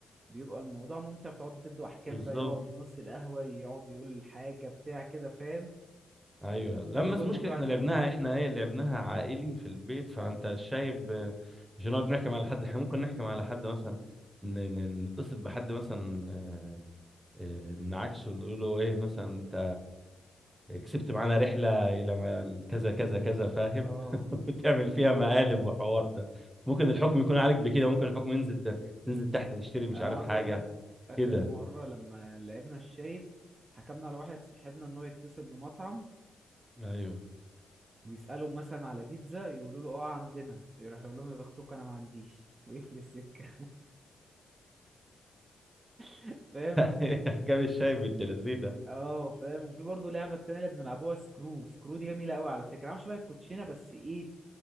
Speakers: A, on the right; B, on the right.
A: بيبقى الموضوع ممتع بتقعدوا تدوا احكام
B: بالظبط
A: بقى يقف في نص القهوه يقعد يقول حاجه بتاع كده فاهم
B: ايوه لما
A: فبيبقى
B: بس
A: الموضوع
B: المشكله احنا
A: جامد
B: لعبناها احنا ايه لعبناها عائلي في البيت فانت شايب آه، مش هنقعد نحكم على حد احنا ممكن نحكم على حد مثلا ن- ن- نتصل بحد مثلا آه، آه، نعاكسه نقول له ايه مثلا انت كسبت معانا رحله الى ما- كذا كذا كذا فاهم
A: اه
B: <laughs> وتعمل فيها مقالب وحوار ده ممكن الحكم يكون عليك بكده ممكن الحكم ينزل ت- تنزل تحت تشتري مش
A: انا
B: عارف
A: عاوز
B: حاجه
A: اقول لك اخر
B: كده
A: مره لما لعبنا الشايب حكمنا على واحد صاحبنا ان هو يتصل بمطعم
B: ايوه
A: ويسالهم مثلا على بيتزا يقولوا له اه عندنا يروح يقول لهم يا بختكم انا ما عنديش ويقفل السكه <laughs> فاهم
B: <laughs> احكام الشايب بالتلازينه
A: اه فاهم وفي برضه لعبه التانية اللي بنلعبوها سكرو سكرو دي جميله قوي على فكره عامله شبه الكوتشينه بس ايه